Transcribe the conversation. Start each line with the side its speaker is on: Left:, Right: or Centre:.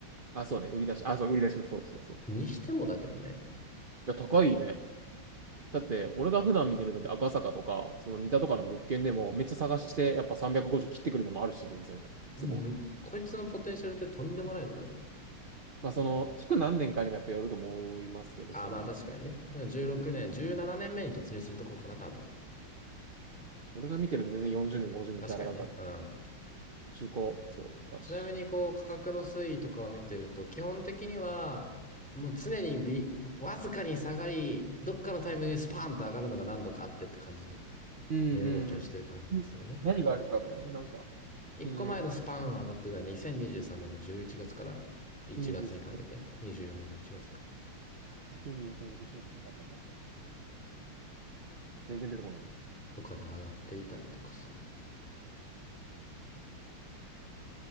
Right: あ、そうね、売り出し、あ、そう、売り出し、そうそうそう。い
Centre: にしてもだけどね。
Right: や、高いね。だって、俺が普段見てる、だって赤坂とか、その三田とかの物件でも、めっちゃ探して、やっぱ350切ってくるのもあるし、全然、
Centre: うん、
Right: 坪。
Centre: こいつのポテンシャルってとんでもないのでは。
Right: まあ、その、築何年かにもやっぱよると思いますけど、
Centre: あ、
Right: そうね。
Centre: まあ確かにね。じゅうろくねん16年、
Right: うん
Centre: 17年目に突入するところかな、多分。
Right: 俺が見てるの全然40年、50年ザラだから、
Centre: 確かにね。うん。
Right: 中古、そうだし。
Centre: ちなみにこう価格の推移とかを見てると、基本的にはもう常にびわずかに下がり、どっかのタイミングでスパーンと上がるのが何度かあってって感じの
Right: うんうんうん。
Centre: 値動きをしてる感じがするね。
Right: 何があるかだよね。なんか、
Centre: 一個前のスパーン上がってた2023年の11月から1月にかけて、
Right: 金融、23、
Centre: 24年の1月
Right: 2023年、11月なかったかな。全然出てこない
Centre: とかで上がっていたりとかする。